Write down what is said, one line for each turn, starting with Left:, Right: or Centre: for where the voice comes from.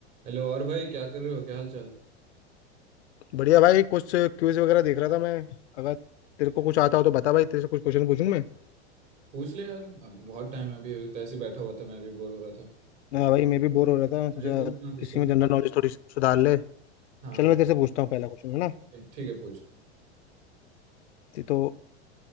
Right: Hello और भाई क्या कर रहे हो क्या हाल चाल
Left: बढ़िया भाई कुछ क्विज वगैरह देख रहा था मैं अगर तेरे को कुछ आता हो तो बता भाई तेरे से कुछ क्वेश्चन पूछूं मैं
Right: पूछ ले यार अब बहुत टाइम है अभी अभी तो ऐसे ही बैठा हुआ था मैं भी बोर हो रहा था
Left: हाँ भाई मैं भी बोर हो रहा था सोचा
Right: ये कुछ ना कुछ
Left: इसी
Right: कुछ
Left: में जनरल नॉलेज थोड़ी सुधार ले
Right: हाँ
Left: चल मैं तेरे से पूछता हूँ पहला क्वेश्चन है ना
Right: ठीक है पूछ
Left: ते- तो